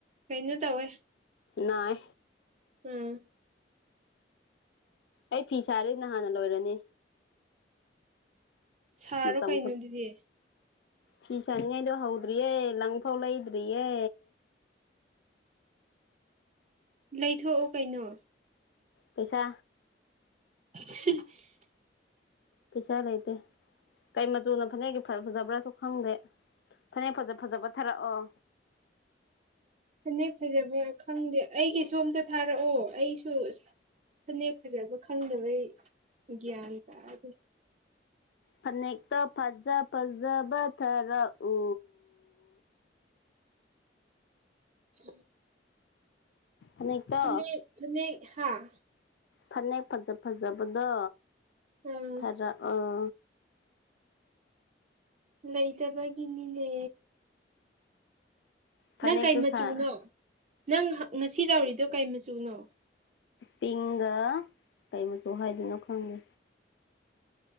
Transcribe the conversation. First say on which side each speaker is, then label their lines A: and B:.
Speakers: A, on the right (about 40°); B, on the left (about 70°).
A: ꯀꯩꯅꯣ ꯇꯧꯋꯦ
B: ꯅꯥꯏ꯫
A: ꯎꯝ꯫
B: ꯑꯩ ꯐꯤ ꯁꯥꯔꯗꯤ ꯅꯍꯥꯟꯅ ꯂꯣꯏꯔꯅꯤ꯫
A: ꯁꯥꯔꯣ
B: ꯃꯇꯝ
A: ꯀꯩꯅꯣ ꯑꯗꯨꯗꯤ꯫
B: ꯐꯤ ꯁꯥꯅꯤꯡꯉꯥꯏꯗꯣ ꯍꯧꯗ꯭ꯔꯤꯌꯦ, ꯂꯪꯐꯥꯎ ꯂꯩꯗ꯭ꯔꯤꯌꯦ꯫
A: ꯂꯩꯊꯣꯛꯎ ꯀꯩꯅꯣ꯫
B: ꯄꯩꯁꯥ꯫
A: <unintelligible>
B: ꯄꯩꯁꯥ ꯂꯩꯇꯦ ꯀꯩ ꯃꯆꯨꯅ ꯐꯅꯦꯛꯒꯤ ꯐꯖꯕ꯭ꯔꯥꯁꯨ ꯈꯪꯗꯦ꯫ ꯐꯅꯦꯛ ꯐꯖ ꯐꯖꯕ ꯊꯥꯔꯛꯑꯣ꯫
A: ꯐꯅꯦꯛ ꯐꯖꯕ ꯈꯪꯗꯦ ꯑꯩꯒꯤꯁꯨ ꯑꯃꯇ ꯊꯥꯔꯛꯑꯣ ꯑꯩꯁꯨ ꯐꯅꯦꯛ ꯐꯖꯕ ꯈꯪꯗꯕꯩ ꯒ꯭ꯌꯥꯟ ꯇꯥꯗꯦ꯫
B: ꯐꯅꯦꯛꯇꯣ ꯐꯖ ꯐꯖꯕ ꯊꯥꯔꯛꯎ꯫
A: ꯎꯝ꯫
B: ꯐꯅꯦꯛꯇꯣ
A: ꯐꯅꯦꯛ ꯐꯅꯦꯛ ꯍꯥꯥ,
B: ꯐꯅꯦꯛ ꯐꯖ ꯐꯖꯕꯗꯣ
A: ꯎꯝ
B: ꯊꯔꯛꯑꯣ꯫
A: ꯂꯩꯇꯕꯒꯤꯅꯤꯅꯦ꯫
B: ꯐꯅꯦꯛꯇꯨ
A: ꯅꯪ ꯀꯩ ꯃꯆꯨꯅꯣ,
B: ꯁꯥ
A: ꯅꯪ ꯉꯁꯤ ꯇꯧꯔꯤꯗꯣ ꯀꯩ ꯃꯆꯨꯅꯣ?
B: ꯄꯤꯡꯒ ꯀꯩ ꯃꯆꯨ ꯍꯥꯏꯗꯣꯏꯅꯣ ꯈꯪꯗꯦ꯫